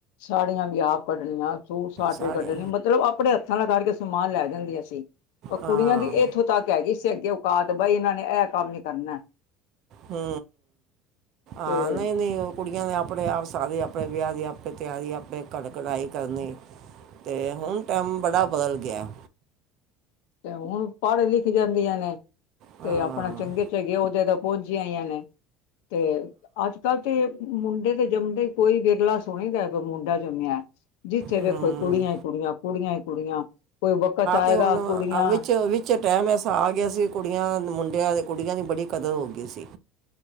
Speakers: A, on the left; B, on the right.
A: ਸਾੜੀਆਂ ਵੀ ਆਪ ਕੱਢਣੀਆਂ ਸੂਟ ਸਾਟ
B: ਸਾੜੀਆਂ
A: ਵੀ ਕੱਢਣੇ ਮਤਲਬ ਆਪਣੇ ਹੱਥਾਂ ਨਾਲ ਕਰਕੇ ਸਮਾਨ ਲੈ ਗਦੀਆਂ ਸੀ ਪਰ
B: ਹਾਂ
A: ਕੁੜੀਆਂ ਦੀ ਏਥੋਂ ਤੱਕ ਹੈਗੀ ਸੀ ਅੱਗੇ ਓਕਾਤ ਬਾਈ ਏਨਾਂ ਨੇ ਐ ਕੰਮ ਨਹੀ ਕਰਨਾ
B: ਹੂ
A: ਤੇ
B: ਆ ਨਈ ਨਈ ਓ ਕੁੜੀਆਂ ਨੇ ਆਪਣੇ ਆਪ ਸਾਰੇ ਆਪਣੇ ਵਿਆ ਦੀਆਂ ਆਪੇ ਤਿਆਰੀਆਂ ਆਪਣੇ ਕੜਕੜਾਈ ਕਰਨੀ ਈ ਤੇ ਹੁਣ ਟੈਮ ਬੜਾ ਬਦਲ ਗਿਆ
A: ਤੇ ਹੁਣ ਪੜ੍ਹ ਲਿਖ ਜਾਂਦੀਆਂ ਨੇ
B: ਹਾਂ
A: ਤੇ ਆਪਣਾ ਚੰਗੇ ਚਗੇ ਓਦੇ ਤੇ ਪਹੁੰਚੀਆਂ ਹੋਈਆਂ ਨੇ ਤੇ ਅੱਜ ਕੱਲ੍ਹ ਤੇ ਮੁੰਡੇ ਤੇ ਜੰਮਦੇ ਈ ਕੋਈ ਵਿਰਲਾ ਸੁਣੀ ਦਾ ਕੋਈ ਮੁੰਡਾ ਜੰਮਿਆ ਜਿੱਥੇ
B: ਹੂੰ
A: ਵੇਖੋ ਕੁੜੀਆਂ ਈ ਕੁੜੀਆਂ ਕੁੜੀਆਂ ਈ ਕੁੜੀਆਂ ਕੋਈ ਵਕਤ ਆਏਗਾ
B: ਤੇ ਹੁਣ
A: ਕੁੜੀਆਂ
B: ਆ ਵਿੱਚ ਤੇ ਉਹ ਵਿੱਚ ਟੈਮ ਐਸਾ ਆ ਗਿਆ ਸੀ ਕੁੜੀਆਂ ਮੁੰਡਿਆਂ ਦੇ ਕੁੜੀਆਂ ਦੀ ਬੜੀ ਕਦਰ ਹੋ ਗਈ ਸੀ